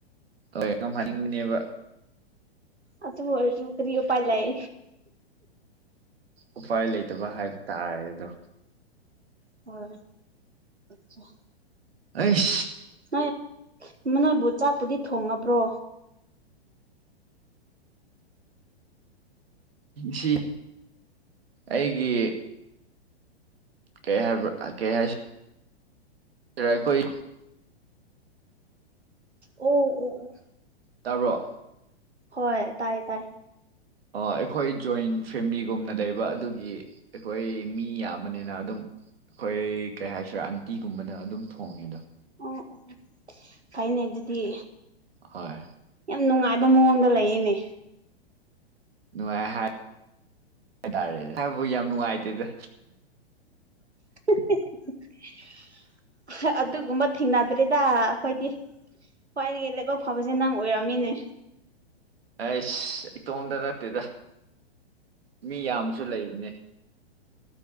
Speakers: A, on the right; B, on the right.
A: ꯍꯣꯏꯉꯝ ꯍꯥꯏꯅꯤꯡꯕꯅꯦꯕ
B: ꯑ ꯑꯗꯨ ꯍ ꯆ ꯀꯔꯤꯑꯣ ꯄꯂꯥꯏ
A: ꯎꯄꯥꯏ ꯂꯩꯇꯕ ꯍꯥꯏꯕ ꯇꯥꯔꯦ ꯑꯗꯣ
B: ꯍꯣꯏ ꯐꯦ
A: ꯑꯦꯁ
B: ꯅꯣꯏ ꯅꯣꯏꯕꯨ ꯆꯥꯛꯄꯨꯗꯤ ꯊꯣꯡꯉꯕ꯭ꯔꯣ
A: ꯁꯤ ꯑꯩꯒꯤ ꯀꯩꯍꯦ ꯀꯦꯍꯦ ꯔꯄꯣꯏ
B: ꯑꯣ ꯑꯣ
A: ꯇꯥꯕ꯭ꯔꯣ
B: ꯍꯣꯏ ꯇꯥꯏ ꯇꯥꯏ
A: ꯑꯣ ꯑꯩꯈꯣꯏ ꯖꯣꯏꯟ ꯐꯦꯃꯤꯂꯤꯒꯨꯝꯅ ꯂꯩꯕ ꯑꯗꯨꯒꯤ ꯑꯩꯈꯣꯏ ꯃꯤ ꯌꯥꯝꯕꯅꯤꯅ ꯑꯗꯨꯝ ꯑꯩꯈꯣꯏ ꯀꯩ ꯍꯥꯏꯁꯤꯔꯦ ꯑꯟꯇꯤꯒꯨꯝꯕꯅ ꯑꯗꯨꯝ ꯊꯣꯡꯉꯦ ꯑꯗꯣ
B: ꯑꯣ ꯑꯣ ꯐꯩꯅꯦ ꯑꯗꯨꯗꯤ
A: ꯍꯣꯏ
B: ꯌꯥꯝ ꯅꯨꯡꯉꯥꯏꯕ ꯃꯑꯣꯡꯗ ꯂꯩꯌꯦꯅꯦ
A: ꯅꯨꯡꯉꯥꯏ ꯍꯥꯏ ꯍꯥꯏ ꯇꯔꯦ ꯍꯥꯏꯕꯨ ꯌꯥꯝ ꯅꯨꯡꯉꯥꯏꯇꯦꯗ
B: <inaudible> ꯑꯗꯨꯒꯨꯝꯕ ꯊꯦꯡꯅꯗ꯭ꯔꯔꯤꯗ ꯑꯩꯈꯣꯏꯗꯤ ꯈ꯭ꯋꯥꯏꯗꯒꯤ ꯂꯥꯏꯕꯛ ꯐꯕꯁꯦ ꯅꯪ ꯑꯣꯏꯔꯝꯃꯤꯅꯦ
A: ꯑꯩꯁ ꯏꯇꯣꯝꯗ ꯅꯠꯇꯦꯗ ꯃꯤ ꯌꯥꯝꯁꯨ ꯂꯩꯕꯅꯦ